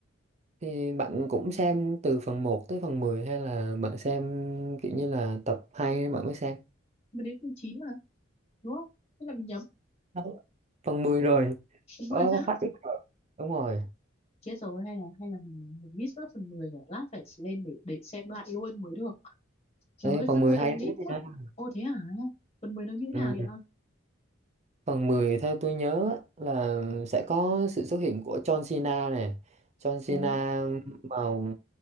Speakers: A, on the right (about 35°); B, on the left (about 30°).
A: thì bạn cũng xem từ phần một tới phần 10 hay là bạn xem kiểu như là tập 2 bạn mới xem?
B: mới đến tháng 9 mà đúng không thế là mình nhầm
A: Không. Phần 10 rồi.
B: mười
A: Ờ,
B: tháng
A: phát ít rồi. Đúng rồi.
B: Chết rồi hay là hay là mình mình miss mất phần 10 nhỉ? Lát phải lên để để xem lại luôn mới được. Trời
A: Ê,
B: ơi
A: phần
B: sao
A: 10
B: tôi lại
A: hay
B: miss
A: lắm
B: mất?
A: nha.
B: Ô thế hả? Phần 10 nó như thế nào
A: Ừ.
B: vậy?
A: Phần 10 theo tôi nhớ á, là sẽ có sự xuất hiện của John Cena nè. John
B: Ồ.
A: Cena vào